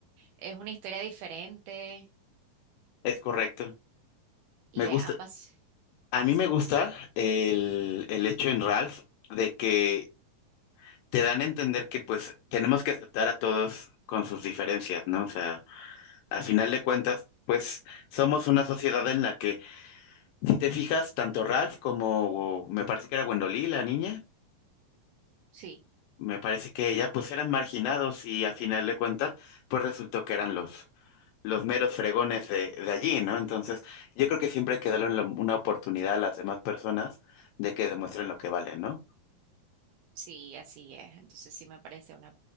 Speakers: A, on the right; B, on the left.
A: Es una historia diferente
B: Es correcto.
A: y
B: Me gusta,
A: eh, ha pas-
B: a mí
A: Sí,
B: me gusta el, el hecho en Ralph de que te dan a entender que pues tenemos que aceptar a todos con sus diferencias, ¿no? O sea, a final de cuentas, pues somos una sociedad en la que, si te fijas, tanto Ralph como me parece que era Wendolí, la niña,
A: sí,
B: me parece que ella, pues eran marginados y a final de cuentas, pues resultó que eran los, los meros fregones de, de allí, ¿no? Entonces, yo creo que siempre hay que darle la- una oportunidad a las demás personas de que demuestren lo que valen, ¿no?
A: sí, así es. Entonces sí me parece una